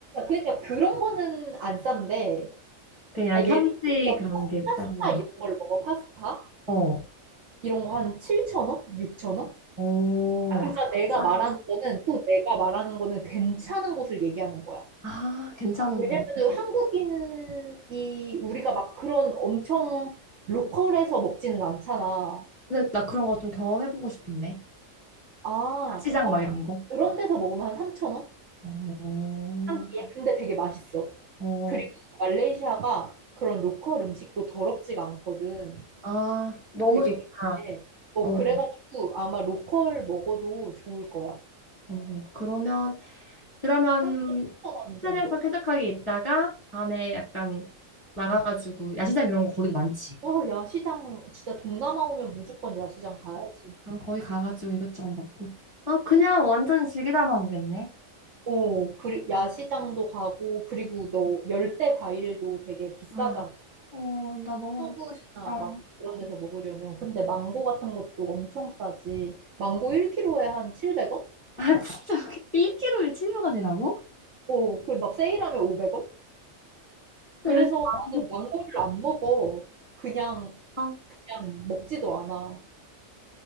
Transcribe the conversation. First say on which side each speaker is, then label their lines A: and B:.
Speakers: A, on the right; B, on the right.
A: 그러니까 그런 거는 안 싼데,
B: 그냥
A: 아, 예를
B: 현지
A: 들어서
B: 그런
A: 파-
B: 게
A: 파스타
B: 싸라는 거지.
A: 이런 걸 먹어, 파스타?
B: 어.
A: 이런 거 한 7천 원? 6천 원?
B: 오,
A: 아, 그러니까 내가
B: 싸다.
A: 말하는 거는 또 내가 말하는 거는 괜찮은 곳을 얘기하는 거야.
B: 아, 괜찮은
A: 왜냐면은
B: 거.
A: 한국인이 우리가 막 그런 엄청 로컬에서 먹지는 않잖아.
B: 근데 나 그런 거 좀 경험해보고 싶은데.
A: 아,
B: 시장
A: 어,
B: 막 이런 거.
A: 그런 데서 먹으면 한3천원
B: 어,
A: 한 끼에? 근데 되게 맛있어.
B: 어,
A: 그리고 말레이시아가 그런 로컬 음식도 더럽지가 않거든.
B: 아, 너무
A: 되게
B: 좋다.
A: 깨끗해. 어,
B: 어,
A: 그래가지고 아마 로컬 먹어도 좋을 거야.
B: 어, 그러면, 그러면
A: 한3천원 정도?
B: 호텔에서 쾌적하게 있다가 밤에 약간 나가가지고 야시장 이런 거 거기도 많지.
A: 야, 야시장, 진짜 동남아 오면 무조건 야시장 가야지.
B: 그럼 거기 가가지고 이것저것 먹고. 아, 그냥 완전 즐기다만 오겠네.
A: 오, 그리, 야시장도 가고, 그리고 너 열대 과일도 되게 비싸잖아.
B: 아, 어, 나 너무
A: 한국이나
B: 먹고 싶다.
A: 막 그런 데서 먹으려면. 근데 망고 같은 것도 엄청 싸지. 망고 1kg에 한 700원?
B: 아, 진짜 1kg에 700원이라고?
A: 오, 그리고 막 세일하면 500원?
B: 나
A: 그래서
B: 요즘 안
A: 나는 망고를 안 먹어. 그냥,
B: 먹어.
A: 그냥 먹지도 않아.